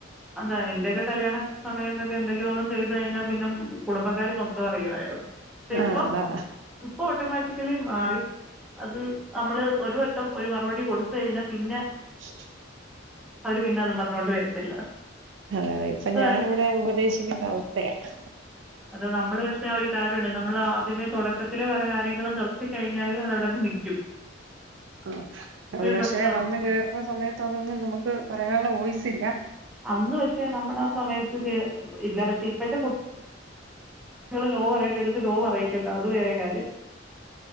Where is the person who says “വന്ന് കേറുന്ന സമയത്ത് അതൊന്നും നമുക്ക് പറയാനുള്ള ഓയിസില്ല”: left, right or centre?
Right